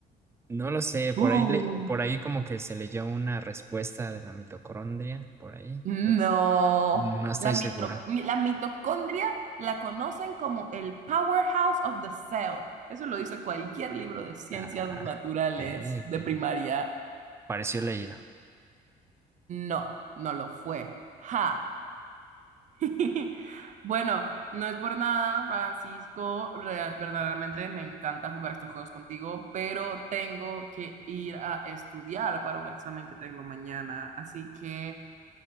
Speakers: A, on the right (about 15°); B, on the right (about 45°).
A: No lo sé, por
B: Uh.
A: ahí, le- por ahí como que se leyó una respuesta de la mitocondria, por ahí,
B: No,
A: pero no estoy
B: la, mitro-
A: segura.
B: mi- la mitocondria la conocen como el powerhouse of the cell. Eso lo dice cualquier libro de ciencias
A: Ah,
B: naturales
A: ok, ok.
B: de primaria.
A: Pareció leído.
B: No, no lo fue. Ja. <laughs> Bueno, no es por nada, Francisco. real- verdaderamente me encanta jugar estos juegos contigo, pero tengo que ir a estudiar para un examen que tengo mañana. Así que